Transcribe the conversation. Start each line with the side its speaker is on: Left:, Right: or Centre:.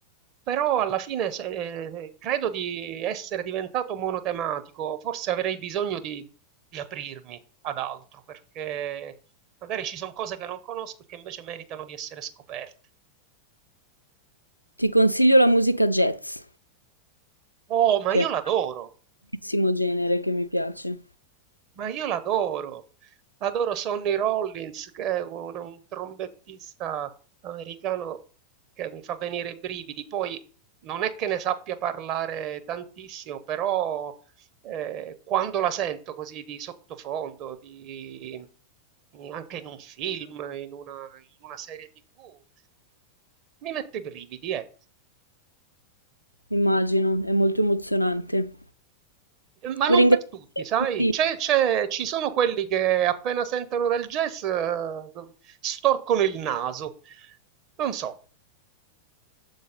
Right: però alla fine se ehm, credo di essere diventato monotematico, forse avrei bisogno di di aprirmi ad altro, perché magari ci son cose che non conosco e che invece meritano di essere scoperte.
Left: Ti consiglio la musica jazz,
Right: Oh, ma
Left: che
Right: io
Left: è un
Right: l'adoro!
Left: bellissimo genere che mi piace.
Right: Ma io l'adoro, adoro Sonny Rollins, che è un, un trombettista americano che mi fa venire i brividi. Poi non è che ne sappia parlare tantissimo, però eh, quando la sento così di sottofondo, di- anche in un film, in una, in una serie TV, mi mette i brividi, ecco.
Left: Immagino, è molto emozionante.
Right: Ma
Left: Ti
Right: non
Left: ringrazio
Right: per tutti,
Left: per i
Right: sai?
Left: consigli.
Right: C'è- c'è- ci sono quelli che appena sentono del jazz eh, storcono il naso. Non so.